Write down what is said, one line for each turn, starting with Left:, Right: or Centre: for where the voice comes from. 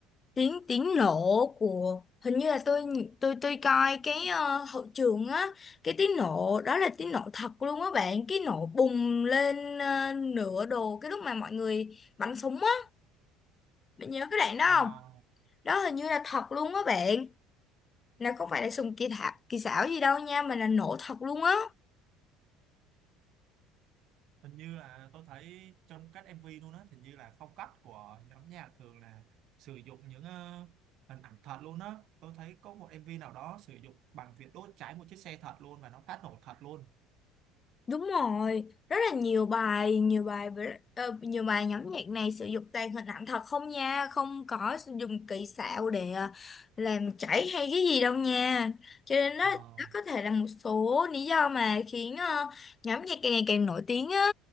Left: tiếng tiếng nổ của hình như là tôi tôi tôi coi cái ờ, hậu trường á cái tiếng nổ đó là tiếng nổ thật luôn á bạn cái nổ bùng lên ờ, nửa đồ cái lúc mà mọi người bắn súng á bạn nhớ cái đoạn đó
Right: Ờ,
Left: không đó hình như là thật luôn á bạn là không phải là súng kỳ thạc kỳ xảo gì đâu nha mà là nổ thật luôn á
Right: hình như là tôi thấy trong các MV luôn á hình như là phong cách của nhóm nhạc thường là sử dụng những ờ, hình ảnh thật luôn á tôi thấy có một MV nào đó sử dụng bằng việc đốt cháy một chiếc xe thật luôn và nó phát nổ thật luôn
Left: Đúng rồi, rất là nhiều bài, nhiều bài với- ờ, nhiều bài nhóm nhạc này sử dụng toàn hình ảnh thật không nha, không có sử dụng kỹ xảo để ờ, làm chảy hay cái gì đâu nha. Cho nên đó,
Right: Ờ.
Left: đó có thể là một số lý do mà khiến ờ, nhóm nhạc càng ngày càng nổi tiếng á,